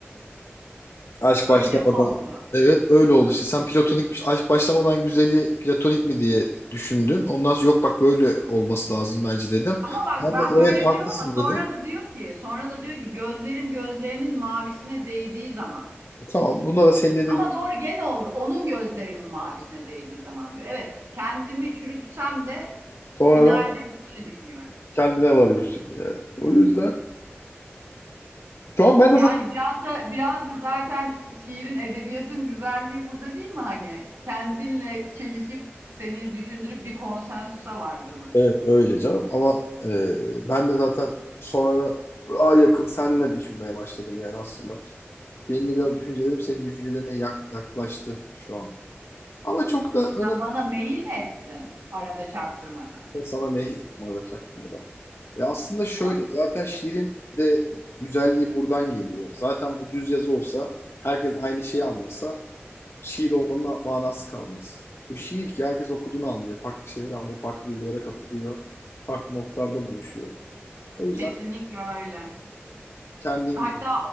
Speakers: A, on the left; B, on the right.
A: Aşk
B: Öyle
A: başlamadan.
B: mi oldu?
A: Evet öyle oldu işte. Sen platonik bir şey, aşk başlamadan güzeli platonik mi diye düşündün. Ondan sonra yok bak böyle olması lazım bence dedim.
B: Ama bak
A: Ben
B: ben
A: de evet
B: böyle
A: haklısın
B: diyorum ama sonra
A: dedim.
B: da diyor ki sonra da diyor ki gözlerim gözlerinin mavisine değdiği zaman.
A: Tamam bunda da senin dediğin
B: Ama doğru gene olur onun gözlerinin mavisine değdiği zaman diyor. Evet kendimi çürütsem de
A: sonradan
B: finalde böyle düşünüyorum.
A: kendine varıyorsun yine. O yüzden şu an ben
B: Yani
A: de zaten
B: biraz da biraz da zaten şiirin edebiyatın güzelliği burada değil mi hani? Kendinle çelişip seni düşündürüp bir konsensusa vardırması.
A: Evet öyle canım ama e, ben de zaten sonra daha yakın seninle düşünmeye başladım yani aslında. Benim de biraz düşüncelerim senin düşüncelerine yak- yaklaştı şu an. Ama çok da önemli.
B: Sen bana mail mi ettin arada çaktırmadan?
A: Sana meyil numarada çaktığımı da. Ya aslında şöyle
B: Anladım.
A: zaten şiirin de güzelliği buradan geliyor. Zaten bu düz yazı olsa herkes aynı şeyi anlasa şiir olmanın manası kalmaz. Bu şiir ki herkes okuduğunu anlıyor. Farklı şeyleri anlıyor. Farklı duygulara kapılıyor. Farklı noktalarda buluşuyor. O yüzden
B: Kesinlikle öyle.
A: kendin
B: Hatta
A: gibi.